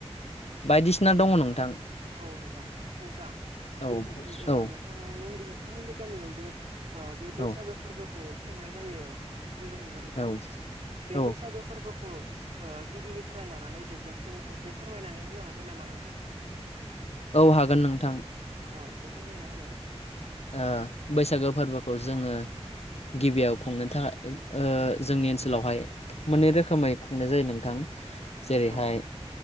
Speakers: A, on the left; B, on the right.
A: बायदिसिना दङ नोंथां।
B: औ नोंथां नोंथां-नोंथां-नोंथांमोननि
A: औ औ
B: गामियाव जे ओ बे बैसागो
A: औ
B: फोरबोखौ खुंनाय जायो बुंदोंमोना नोंथां
A: औ
B: बे
A: औ
B: बैसागु फोरबो खौ ओ गिबिनिफ्राय लानानै जोबजासिम एसे फोरमायनानै होनो हागोन नामा नोंथां?
A: औ हागोन नोंथां
B: ओ एसे फोरमायना होलाय
A: ओ बैसागु फोर्बोखौ जोङो गिबियाव खुंनो था-ओ जोंनि ओनसोलावहाय मोननै रोखोमै खुंनाय जायो नोंथां। जेरैहाय
B: औ